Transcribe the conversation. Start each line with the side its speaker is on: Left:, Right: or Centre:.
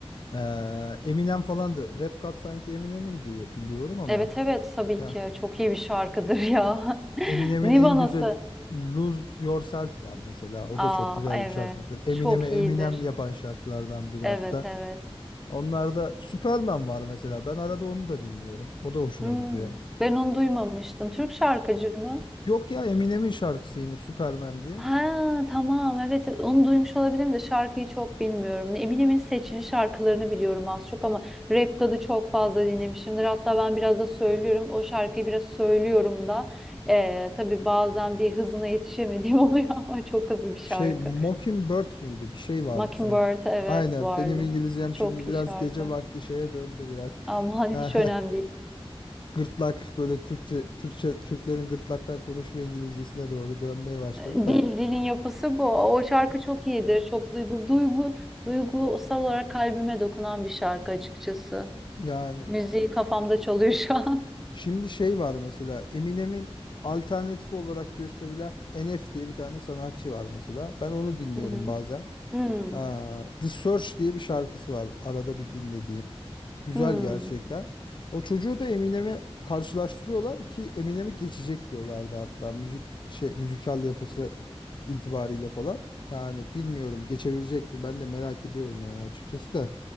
Left: Ee, Eminem falan da Rap God sanki Eminem'in diye biliyorum ama
Centre: Evet evet tabii
Left: ya
Centre: ki çok iyi bir şarkıdır ya. <laughs>
Left: Eminem'in
Centre: Niva
Left: en güzel
Centre: nasıl?
Left: Lose Yourself var mesela. O
Centre: Aa
Left: da çok güzel
Centre: evet
Left: bir şarkıdır. Eminem'e
Centre: çok
Left: Eminem
Centre: iyidir.
Left: yapan şarkılardan biri
Centre: Evet
Left: hatta.
Centre: evet.
Left: Onlarda Superman var mesela. Ben arada onu da dinliyorum. O da hoşuma
Centre: Hmm,
Left: gidiyor.
Centre: ben onu duymamıştım. Türk şarkıcı mı?
Left: Yok ya Eminem'in şarkısı yine Superman diye.
Centre: Ha tamam evet evet. onu duymuş olabilirim de şarkıyı çok bilmiyorum. Eminem'in seçili şarkılarını biliyorum az çok ama Rap God'u çok fazla dinlemişimdir. Hatta ben biraz da söylüyorum. O şarkıyı biraz söylüyorum da. Ee, tabii bazen bir hızına yetişemediğim <laughs> oluyor ama çok hızlı bir şarkı.
Left: Şey Mockingbird müydü? Bir şey vardı
Centre: Mockingbird
Left: sanki.
Centre: evet
Left: Aynen
Centre: vardı.
Left: benim İngilizcem
Centre: Çok
Left: şimdi biraz
Centre: iyi şarkı.
Left: gece vakti şeye döndü biraz.
Centre: Aman
Left: <laughs>
Centre: hiç önemli değil.
Left: Gırtlak böyle Türkçe, Türkçe Türklerin gırtlaktan konuşma İngilizcesine doğru dönmeye başladı
Centre: Dil,
Left: da.
Centre: dilin yapısı bu. O şarkı çok iyidir. Çok duygu, duygu, duygusal olarak kalbime dokunan bir şarkı açıkçası.
Left: Yani
Centre: Müziği kafamda çalıyor şu an.
Left: şimdi şey var mesela Eminem'in alternatif olarak gösterilen NF diye bir tane sanatçı var mesela. Ben onu
Centre: <laughs>
Left: dinliyorum
Centre: Hı hı.
Left: bazen.
Centre: Hmm,
Left: Aa, The Search diye bir şarkısı var arada bir dinlediğim. Güzel
Centre: hmm.
Left: gerçekten. O çocuğu da Eminem'e karşılaştırıyorlar ki Eminem'i geçecek diyorlardı hatta müzik şey müzikal yapısı itibariyle falan. Yani bilmiyorum geçebilecek mi ben de merak ediyorum yani açıkçası da.